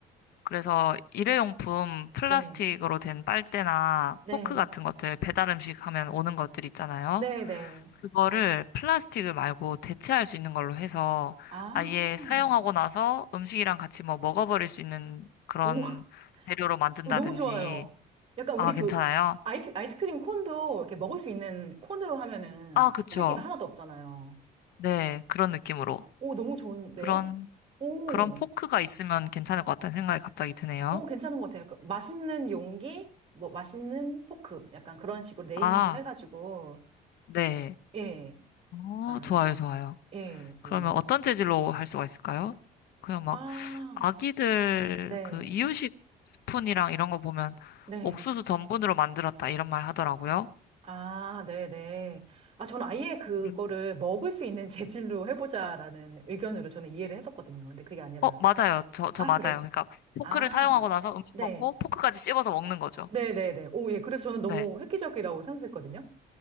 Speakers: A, on the left; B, on the right.
A: 그래서 일회용품 플라스틱으로
B: 네,
A: 된 빨대나
B: 네,
A: 포크 같은 것들, 배달 음식 하면 오는 것들 있잖아요.
B: 네, 네.
A: 그거를 플라스틱을 말고 대체할 수 있는 걸로 해서
B: 아,
A: 아예 사용하고 나서 음식이랑 같이 뭐 먹어버릴 수 있는 그런
B: 오,
A: 재료로 만든다든지.
B: <laughs> 너무 좋아요. 약간 우리
A: 아, 괜찮아요?
B: 그 아이, 아이스크림 콘도 이렇게 먹을 수 있는 콘으로 하면은
A: 아, 그쵸.
B: 쓰레기가 하나도 없잖아요.
A: 네, 그런 느낌으로.
B: 오, 너무 좋은데요?
A: 그런,
B: 오.
A: 그런 포크가 있으면 괜찮을 것 같다는 생각이 갑자기 드네요.
B: 어, 괜찮은 것 같아요. 그 맛있는 용기, 뭐, 맛있는 포크. 약간 그런 식으로 네이밍도
A: 아,
B: 해가지고,
A: 네.
B: 예,
A: 어,
B: 약간,
A: 좋아요, 좋아요.
B: 예, 뭐,
A: 그러면 어떤 재질로 할 수가 있을까요? 그냥 막
B: 아,
A: 아기들
B: 네,
A: 그 이유식 스푼이랑 이런 거 보면
B: 네.
A: 옥수수 전분으로 만들었다 이런 말 하더라고요.
B: 아, 네네. 아, 저는 아예 그거를
A: 음.
B: 먹을 수 있는 재질로 해보자라는 의견으로 저는 이해를 했었거든요. 근데 그게 아니라,
A: 어, 맞아요. 저, 저
B: 아,
A: 맞아요.
B: 그래요?
A: 그러니까 포크를
B: 아,
A: 사용하고 나서 음식
B: 네.
A: 먹고 포크까지 씹어서 먹는 거죠.
B: 네네네. 오, 예. 그래서 저는 너무
A: 네.
B: 획기적이라고 생각했거든요.